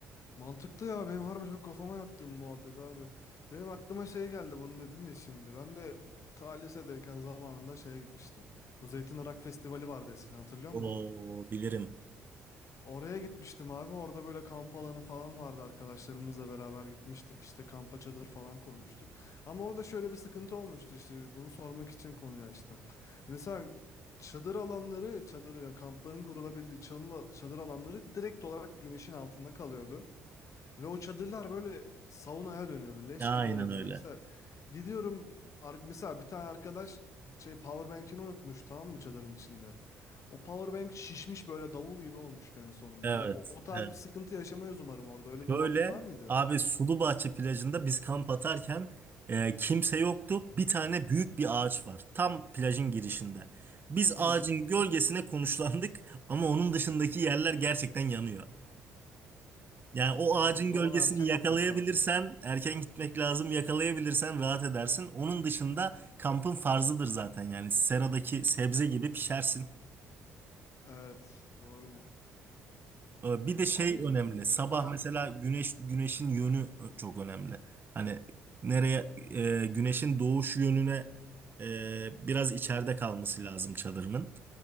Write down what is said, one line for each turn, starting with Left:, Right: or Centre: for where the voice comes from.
Left: Mantıklı ya benim harbi çok kafama yattı bu muhabbet abi. Benim aklıma şey geldi bunu dedin ya şimdi. Ben de ta lisedeyken zamanında şeye gitmiştim. Bu Zeytin Irak Festivali vardı eskiden hatırlıyor
Right: Oo
Left: musun onu?
Right: bilirim.
Left: Oraya gitmiştim abi. Orada böyle kamp alanı falan vardı. Arkadaşlarımızla beraber gitmiştik. İşte kampa çadır falan kurmuştuk. Ama orada şöyle bir sıkıntı olmuştu işte. Bunu sormak için konuyu açtım. Mesela çadır alanları, çadır yani kampların kurulabildiği çalın- çadır alanları direkt olarak güneşin altında kalıyordu. Ve o çadırlar böyle saunaya dönüyordu. Leş
Right: Aynen
Left: gibi oluyordu.
Right: öyle.
Left: Yani mesela gidiyorum ar- mesela bir tane arkadaş şey powerbank'ini unutmuş tamam mı çadırın içinde. O powerbank şişmiş böyle davul gibi olmuştu en sonunda.
Right: Evet.
Left: Hani o, o tarz
Right: evet.
Left: bir sıkıntı yaşamayız umarım orada. Öyle bir
Right: Şöyle
Left: muhabbet var mıydı?
Right: abi Sulubahçe plajında biz kamp atarken e, kimse yoktu. Bir tane büyük bir ağaç var. Tam plajın girişinde. Biz
Left: Hı.
Right: ağacın gölgesine konuşlandık ama onun dışındaki yerler gerçekten yanıyor. Yani o ağacın
Left: Abi o zaman
Right: gölgesini
Left: erken
Right: yakalayabilirsen
Left: gitmek lazım.
Right: erken gitmek lazım. Yakalayabilirsen rahat edersin. Onun dışında kampın farzıdır zaten yani seradaki sebze gibi pişersin.
Left: Evet, doğru diyorsun.
Right: Ee, Bir de şey
Left: Abi
Right: önemli. Sabah
Left: ha
Right: mesela
Left: ha.
Right: güneş güneşin yönü e, çok önemli. Hani nereye e, güneşin doğuş yönüne e, biraz içeride kalması lazım çadırının.